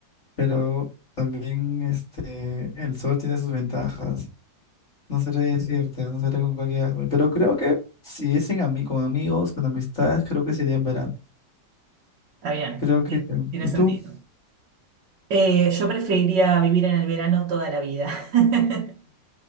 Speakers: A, on the left; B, on the right.
A: pero también este, el sol tiene sus ventajas. No seré decirte, no seré con cualquier árbol pero creo que si es en ami- con amigos, con amistades, creo que sería en verano.
B: Está bien,
A: Creo que,
B: tiene
A: ¿y
B: sentido.
A: tú? <laughs>
B: Eh, yo preferiría vivir en el verano toda la vida. <laughs>